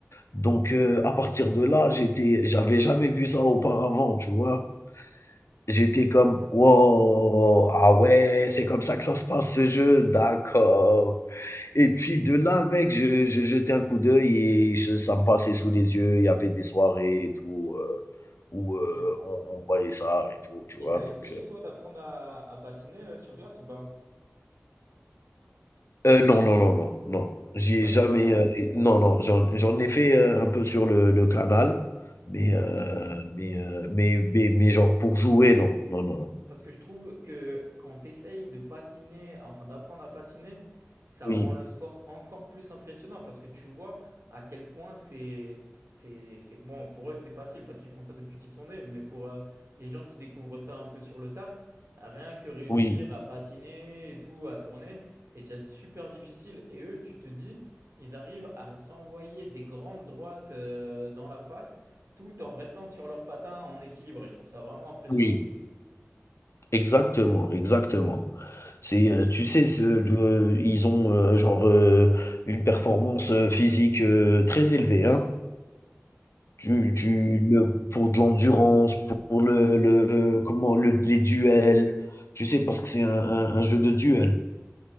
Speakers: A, on the left; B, on the right.
A: donc heu, à partir de là, j'étais j'avais jamais vu ça auparavant, tu vois? J'étais comme: «Waouh, ah ouais, c'est comme ça que ça se passe ce jeu, d'accord» et puis de là, mec, je je jetais un coup d'œil et je ça me passait sous les yeux. Il y avait des soirées et tout, heu, où,
B: Ok.
A: heu, on on voyait ça et tout, tu vois?
B: Et t'as essayé
A: Donc heu
B: toi d'apprendre à, à patiner euh, sur glace ou pas?
A: Heu, non, non, non, non, non. J'y
B: Pas-
A: ai jamais, heu, é non, non, j'en j'en ai fait, heu, un peu sur le le canal, mais heu, mais heu, mais mais mais genre pour jouer, non. Non, non, non.
B: Parce que je trouve que quand tu essayes de patiner, enfin d'apprendre à patiner, ça
A: Oui,
B: rend le sport encore plus impressionnant parce que tu vois à quel point c'est, c'est, c'est- bon, pour eux c'est facile parce qu'ils font ça depuis qu'ils sont nés, mais pour euh, les gens qui découvrent ça un peu sur le tard, rien que réussir
A: oui,
B: à patiner et tout, à tourner, c'est déjà super difficile et eux, tu te dis qu'ils arrivent à s'envoyer des grandes droites euh, dans la face tout en restant sur leurs patins en équilibre et je trouve ça vraiment impressionnant.
A: oui, exactement, exactement. C'est, heu, tu sais ce de ils ont, heu, genre, heu, une performance, heu, physique, heu, très élevée, hein. Tu tu le pour de l'endurance, pour le le comment, le les duels, tu sais? Parce que c'est un un un jeu de duel